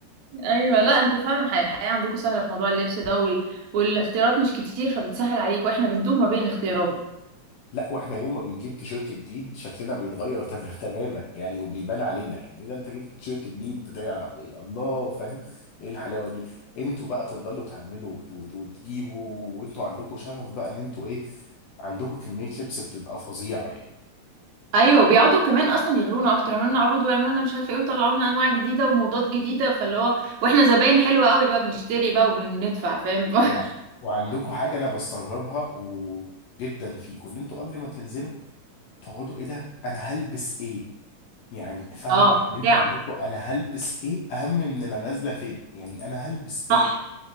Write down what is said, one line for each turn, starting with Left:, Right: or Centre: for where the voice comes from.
Right: ايوه لا انتوا فعلا حي- الحياه عندكم سهله في موضوع اللبس ده وال... والاختيارات مش كتير فبتسهل عليك واحنا بنتوه ما بين الاختيارات
Left: لا واحنا يوم ما بنجيب تيشيرت جديد شكلنا بيتغير <laughs> تم- تماما يعني وبيبان علينا يعني ايه ده انت جبت تيشيرت جديد بتاع إيه؟ الله فاهم ايه الحلاوه دي انتوا بقى تفضلوا تعملوا وت- وت- وتجيبوا وانتوا عندكم شغف بقى ان انتوا ايه عندكم كميه لبس بتبقى فظيعه يعني
Right: ايوه بيقعدوا كمان اصلا يغرونا اكتر يعملوا لنا عروض ويعملوا لنا مش عارفه ايه ويطلعوا لنا انواع جديده وموضات جديده فاللي هو واحنا زباين حلوه قوي بقى بنشتري بقى وبندفع فاهم <laughs>
Left: و... وعندكم حاجه انا بستغربها وجدا فيكم ان انتوا قبل ما تنزلوا تقعدوا ايه ده انا هلبس ايه يعني فاهمه
Right: اه
Left: يعني انتوا
Right: ساعة
Left: عندكم انا هلبس ايه اهم من انا نازله فين يعني انا هلبس
Right: صح
Left: ايه